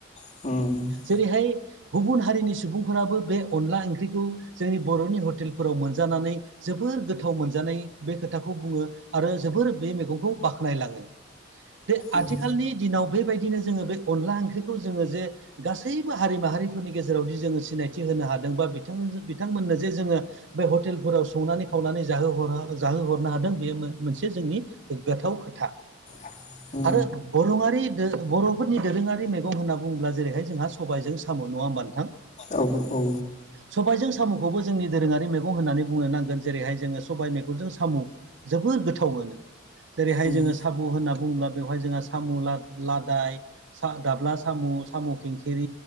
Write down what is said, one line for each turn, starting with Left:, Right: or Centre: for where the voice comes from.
Left: <inaudible>
Right: जेरैहाय गुबुन हारिनि सुबुंफोराबो बे अनला ओंख्रिखौ जोंनि बर'नि हटेलफोराव मोनजानानै जोबोर गोथाव मोनजानाय बे खोथाखौ बुङो आरो जोबोर बे मैगंखौ बाख्नायलाङो बे आथिखालनि
Left: उम
Right: दिनाव बेबायदिनो जोङो बे अनला ओंख्रिखौ जोङो जे गासैबो हारि माहारिफोरनि गेजेरावदि जोङो सिनायथि होनो हादों बा बिथां बिथांमोननो जे जोङो बे हटेलफोराव संनानै खावनानै जाहो जाहोहरनो हादों बेयो मोनसे जोंनि गोथाव खोथा
Left: <inaudible>
Right: आरो बरङारि बर'फोरनि दोरोङारि मेगं होनना बुङोब्ला जेरैहाय जोंहा सबायजों साम' नङा बान्थां
Left: औ औ
Right: सबायजों साम'खौबो जोंनि दोरोङारि मैगं होननानै बुंनो नांगोन जेरैहाय जोङो सबाय मेगंजों साम' जोबोद गोथाव मोनो जेरैहाय
Left: उम
Right: जोङो साबु होनना बुङोब्ला बेवहाय जोंहा सामु लादाय गाब्ला साम' साम' खेंखेर